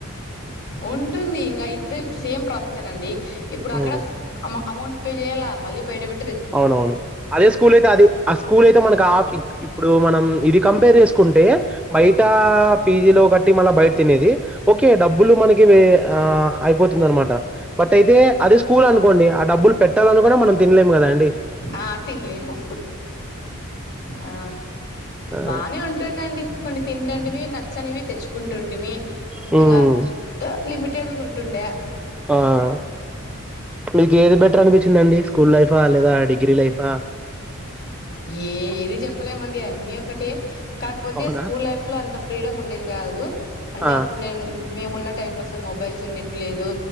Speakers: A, on the left; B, in the centre.
A: ఉంటుంది ఇంగా ఇద్దర్ సేమ్ ప్రాసెసే నండి ఇప్పుడు అక్కడ
B: మ్మ్
A: అమ అమౌంట్ పే జెయ్యలా మళ్ళీ బయట బెట్
B: అవునవును అదే స్కూల్ అయితే అది ఆ స్కూల్ అయితే మనకు ఆ ఇప్పుడు మనం ఇది కంపేర్ జేసుకుంటే బయటా పీ జీలో గట్టి మళ్ళ బయట తినేది ఓకే డబ్బులు మనకి వే ఆ అయిపోతుందనమాట బట్ అయితే అదే స్కూల్ అనుకోండి ఆ డబ్బులు పెట్టాలన్న గూడ మనం తినలేము కదా అండీ
A: ఆ తినలేము ఆ
B: ఆ
A: బానే ఉన్ ట్టుందండి కొన్ని తింతాంటివి నచ్చనివి తెచ్చుకుంటుంటిమీ
B: హ్మ్
A: ఇంగా గ లిమిటెడ్ గుంటుండే
B: ఆ ఆ మీకు ఏది బెటర్ అనిపిచ్చిదండి స్కూల్ లైఫా లేదా డిగ్రీ లైఫా
A: ఏది చెప్పలేమండి అన్నీ ఒకటే కాకపోతే
B: అవునా
A: స్కూల్ లైఫ్ లో అంత ఫ్రీడమ్ ఉండేది గాదు అంటే
B: ఆ
A: అప్పుడు నేను మేమున్న టైమ్ లో అసలు మొబైల్స్ ఉండెట్టివి లేదు